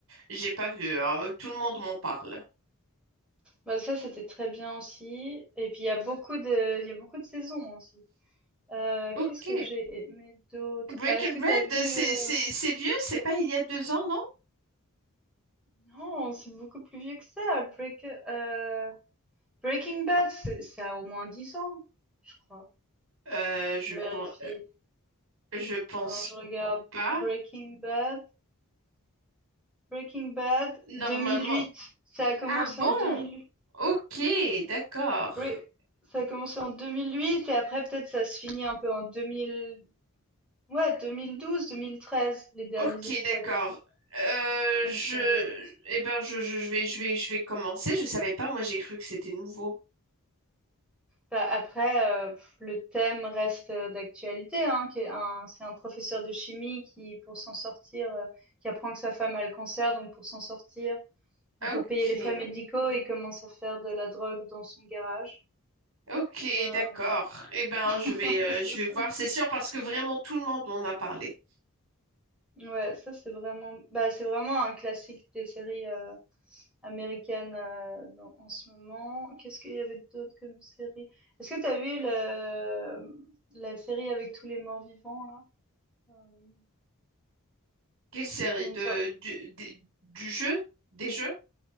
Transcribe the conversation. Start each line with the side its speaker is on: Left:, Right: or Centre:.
Right: j'ai pas vu. hein. Tout le monde m'en parle.
Centre: Bah, ça, c'était très bien aussi. Et puis, il y a beaucoup de, il y a beaucoup de saisons aussi. Euh,
Right: Ok.
Centre: qu'est-ce que j'ai aimé d'autre?
Right: Breaking
Centre: Ah, est-ce que
Right: Bad,
Centre: t'as vu,
Right: c'est,
Centre: euh,
Right: c'est, c'est vieux, c'est pas il y a deux ans, non?
Centre: Non, c'est beaucoup plus vieux que ça. Break, euh, Breaking Bad, c'est, ça a au moins 10 ans, je crois.
Right: Euh,
Centre: Faut
Right: je
Centre: que je vérifie.
Right: pense, je pense
Centre: Attends, je regarde.
Right: pas.
Centre: Breaking Bad. Breaking Bad,
Right: Normalement,
Centre: 2008. Ça a commencé
Right: Ah bon?
Centre: en 2008.
Right: Ok, d'accord.
Centre: Bre- Ça a commencé en 2008 et après peut-être ça se finit un peu en 2000. Ouais, 2012, 2013, les derniers
Right: Ok,
Centre: épisodes.
Right: d'accord. Euh,
Centre: Donc
Right: je,
Centre: euh,
Right: eh ben, je, je, je vais, je vais, je vais commencer. Je savais pas, moi, j'ai cru que c'était nouveau.
Centre: bah, après, euh, pff, le thème reste euh, d'actualité, hein, qui est un- c'est un professeur de chimie qui, pour s'en sortir, euh, qui apprend que sa femme a le cancer, donc pour s'en sortir, et
Right: Ok,
Centre: pour payer les frais médicaux, il commence à faire de la drogue dans son garage.
Right: ok,
Centre: Euh,
Right: d'accord. Eh ben, je
Centre: <laughs>
Right: vais, euh,
Centre: c'est
Right: je
Centre: ça.
Right: vais voir, c'est sûr, parce que vraiment tout le monde m'en a parlé.
Centre: Ouais, ça c'est vraiment bah, c'est vraiment un classique des séries, heu, américaines, heu, dans en ce moment. Qu'est-ce qu'il y avait d'autre comme série? Est-ce que t'as vu le la série avec tous les morts-vivants là? Hem,
Right: Quelle série
Centre: il y a
Right: de,
Centre: une sor
Right: du, des- du jeu, des jeux?